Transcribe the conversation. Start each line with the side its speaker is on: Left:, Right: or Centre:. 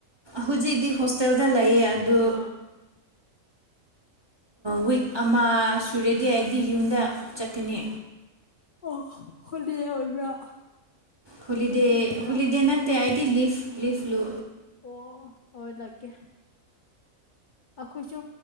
Right: ꯍꯧꯖꯤꯛꯇꯤ ꯍꯣꯁꯇꯦꯜꯗ ꯂꯩꯌꯦ ꯑꯗꯨ
Left: ꯑꯥ
Right: ꯋꯤꯛ ꯑꯃ ꯁꯨꯔꯦꯗꯤ ꯑꯩꯗꯤ ꯌꯨꯝꯗ ꯆꯠꯀꯅꯤ
Left: ꯑꯣ ꯍꯣꯜꯂꯤ ꯑꯣꯏꯕ꯭ꯔꯥ
Right: ꯍꯣꯂꯤꯗꯦ
Left: ꯁꯨꯇꯤ ꯑꯣꯏꯕ꯭ꯔꯥ
Right: ꯍꯣꯂꯤꯗꯦ ꯅꯠꯇꯦ ꯑꯗꯤ ꯂꯤꯐ ꯂꯤꯐ ꯂꯨ
Left: ꯑꯣ ꯍꯣꯂꯀꯦ ꯑꯩꯈꯣꯏꯁꯨ